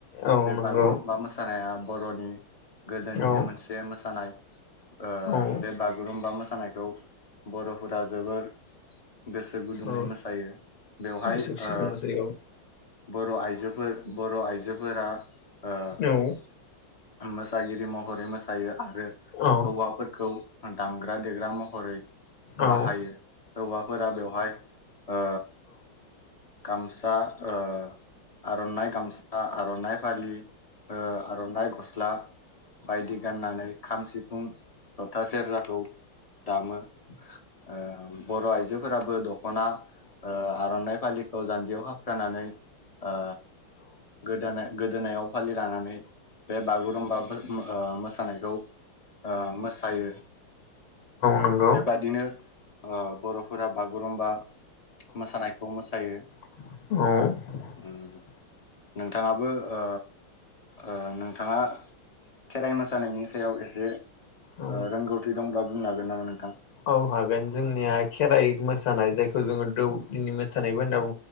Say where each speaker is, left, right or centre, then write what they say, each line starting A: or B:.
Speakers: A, on the left; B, on the left.
A: औ
B: बे
A: नंगौ
B: बागुरुमबा मोसानाया बर'नि गोदोनिनो
A: औ
B: मोनस मोसानाय ओ
A: औ
B: बे बागुरुम्बा मोसानायखौ बर'फोरा जोबोर गोसो गुदुङै
A: औ
B: मोसायो बेवहाय
A: गोसो खुसिजों
B: ओ
A: मोसायो
B: बर' आइजोफोर बर' आइजोफोरा ओ
A: औ
B: मोसागिरि महरै मोस सायो आरो
A: औ
B: हौवाफोरखौ दामग्रा देग्रा म हरै
A: औ
B: बाहायो
A: औ
B: हौवाफोरा बेवहाय ओ गामसा ओ आर'नाइ गामसा आर'नाइ फालि ओ आर'नाइ गस्ला बायदि गाननानै खाम सिफुं ज'था सेरजाखौ दामो ओ बर' आइजोफोराबो दख'ना ओ आर'नाइ फालिखौ जान्जियाव खाफ्रानानै ओ गोदानै गोदोनायाव फालि लानानै बे बागुरुम्बाफोर मो सानायखौ ओ मोसायो
A: नंगौ
B: बेबादिनो ओ बर'फोरा बागुरुम्बा मोसानायखौ मोसायो।
A: उम
B: उम नोंथाङाबो ओ ओ नोंथाङा खेराइ मोसानायनि सायाव एसे
A: औ
B: ओ रोंगौथि दंब्ला बुंनो हागोन नामा नोंथां?
A: औ हागोन जोंनिया खेराइ मोसानाय जायखौ जोङो दौदिनि मोसानायबो होनना बु